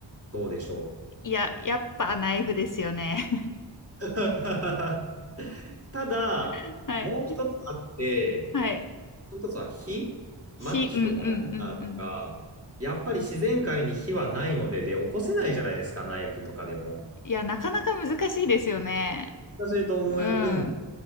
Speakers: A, on the right; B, on the left.
A: どうでしょう。
B: いや、やっぱナイフですよね。
A: <laughs> ただ、
B: <laughs> はい。
A: もう一つあって、
B: はい。
A: もう一つは火、
B: ひ、
A: マッチとかライターとか、
B: うんうんうんうん。
A: やっぱり自然界に火はないので、で、起こせないじゃないですか、ナイフとかでも。
B: いや、なかなか難しいですよね。
A: 難しいと思うんで、
B: うん。